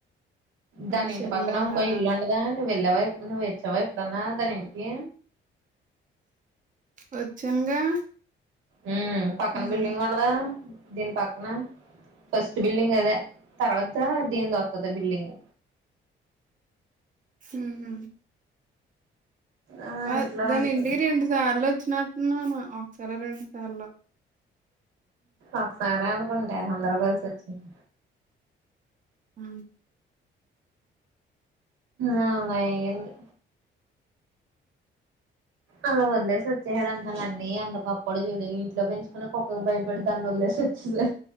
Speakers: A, on the right; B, on the right.
A: వాళ్ళ
B: దాని ఇంటి
A: చెల్లెలా
B: పక్కనా ఇంకో ఇల్లు ఉండదా. నువ్వు వెళ్ళావా ఎప్, నువ్వు వచ్చావా ఎప్పుడన్నా దాని ఇంటికీ.
A: వచ్చానుగా
B: ఊ పక్కన
A: ఉహు
B: బిల్డింగ్ ఉండదా, దీన్ పక్కనా. ఫస్ట్ బిల్డింగ్ అదే తర్వాతా దీన్దీ వొత్తది బిల్డింగ్.
A: ఊహు
B: ఆ
A: మద్
B: ఇంట్లో
A: దాన్ని
B: ఉంటున్నా
A: ఇంటికి రెండు సార్లు వచ్చినట్టున్నామా ఆ ఒక సారో, రెండు సార్లో.
B: ఒకసారే అనుకుంటా అందరూ కలిసి వచ్చింది.
A: ఊ
B: ఆవును అయ్యింది అలా వందలేసి వ చెడంటాను, అన్నీ అంతకప్పుడు చూడి ఇంట్లో పెంచుకునే కుక్కకి భయపడి దాన్ని వదిలేసి వచ్చింది.